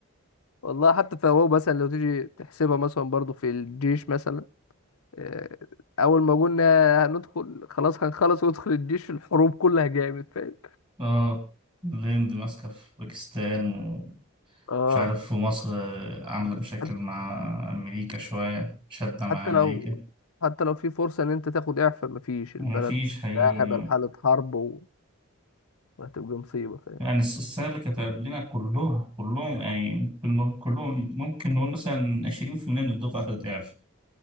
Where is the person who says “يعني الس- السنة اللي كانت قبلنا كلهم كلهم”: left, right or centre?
Right